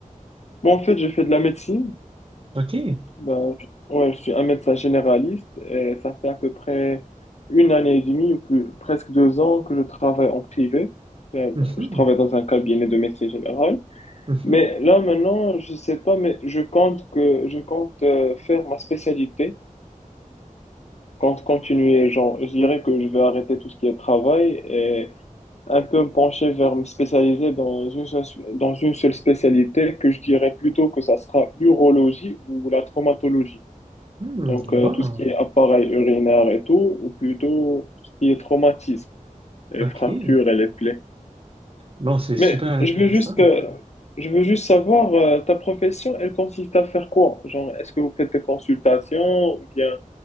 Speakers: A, on the left; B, on the right.
A: Bon, en fait, je fais de la médecine.
B: OK.
A: Ben, je- ouais, je suis un médecin généraliste et ça fait à peu près une année et demie ou plus, presque deux ans que je travaille en privé. Ben,
B: Mhm.
A: Je travaille dans un cabinet de médecine générale.
B: Mhm.
A: Mais là, maintenant, je sais pas, mais je compte que je compte euh, faire ma spécialité. Compte continuer, genre, je dirais que je vais arrêter tout ce qui est travail et un peu me pencher vers me spécialiser dans une seule, dans une seule spécialité que je dirais plutôt que ça sera l'urologie ou la traumatologie.
B: Hmm.
A: Donc, euh,
B: Bon.
A: tout ce qui est appareil urinaire et tout, ou plutôt tout ce qui est traumatisme, les
B: OK.
A: fractures et les plaies.
B: Bon, c'est
A: Mais
B: super intéressant.
A: je veux juste, euh, je veux juste savoir, euh, ta profession, elle consiste à faire quoi? Genre, est-ce que vous faites des consultations ou bien,